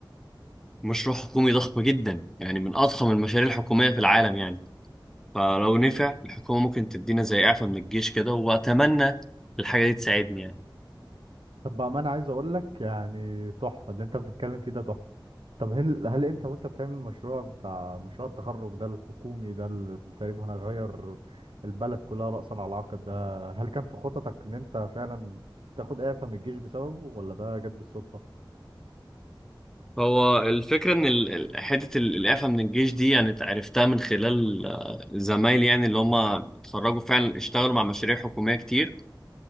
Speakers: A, in the centre; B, on the right (about 80°).
A: مشروع حكومي ضخم جدا يعني من اضخم المشاريع الحكوميه في العالم يعني فلو نفع الحكومة ممكن تدينا زي إعفاء من الجيش كده وأتمنى الحاجة دي تساعدني يعني
B: طب بقى ما انا عايز اقول لك يعني تحفه اللي انت بتتكلم فيه ده تحفه طب هل هل انت وانت بتعمل المشروع بتاع مشروع التخرج ده الحكومي ده اللي تقريبا هنغير البلد كلها رأسا على عقب ده هل كان في خططك ان انت فعلا تاخد اعفاء من الجيش بسببه ولا ده جت بالصدفه
A: هو الفكرة إن ال- ال- حتة ال- الإعفاء من الجيش دي يعني عرفتها من خلال آه، زمايلي يعني اللي هم اتخرجوا فعلا اشتغلوا مع مشاريع حكومية كتير